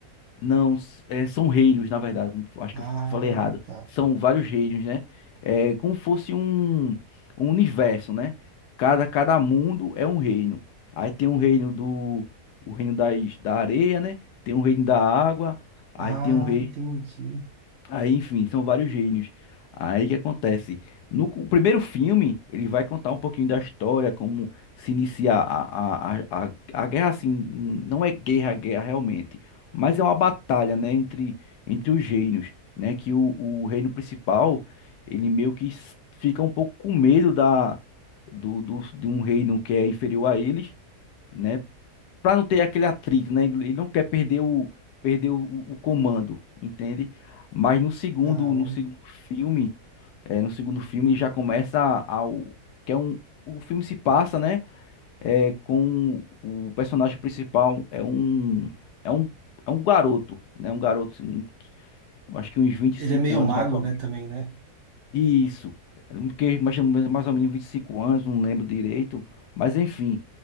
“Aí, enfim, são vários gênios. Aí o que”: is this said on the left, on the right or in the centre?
Left